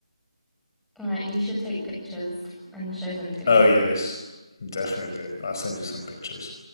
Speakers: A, in the centre; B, on the left.
A: All right, you should take pictures and show them to me.
B: Oh yes, definitely. I'll send you some pictures.